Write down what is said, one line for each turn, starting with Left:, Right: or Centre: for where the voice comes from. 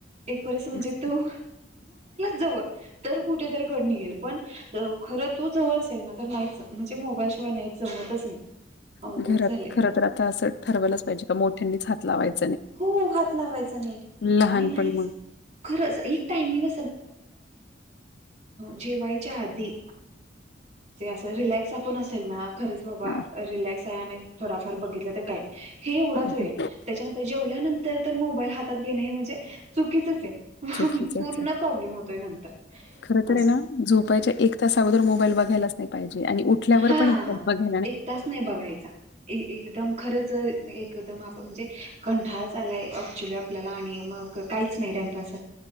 Right: एक परस
Left: तेच
Right: म्हणजे
Left: तर.
Right: तो जवळ कुठे तरी कड निघेल पण खरंच जवळ असेल ना तर नाहीच म्हणजे मोबाईल शिवाय नाही जमतच अवघड
Left: घरात
Right: झालंय
Left: खरं तर आता असं ठरवलंच पाहिजे का मोठ्यांनीच हात लावायचं
Right: हो हात लावायचा नाही
Left: लहानपण
Right: आणि नाहीच
Left: मग
Right: खरंच एक टायमिंग जेवायच्या आधी सोप असेल ना खरीच
Left: हां,
Right: रिलॅक्स आहे आणि थोडाफार बघितला तर काय हे एवढाच
Left: हं,
Right: वेळ
Left: हं.
Right: त्याच्यानतर नंतर तर मोबाईल हातात घेणे म्हणजे चुकीच आहे
Left: चुकीचंच
Right: पूर्ण
Left: आहे.
Right: प्रॉब्लेम होतोय नंतर
Left: खरं तर
Right: असं
Left: आहे ना झोपायच्या एक तास अगोदर मोबाईल बघायलाच नाही पाहिजे आणि उठल्यावर
Right: हा
Left: पण
Right: हा
Left: एक तास
Right: हा
Left: बघा
Right: एक तास नाही बघायचा एकदम खरंच एकदम आपण म्हणजे कंठाळच आलाय अक्च्युली आपल्याला आणि मग काहीच नाही टाइमपास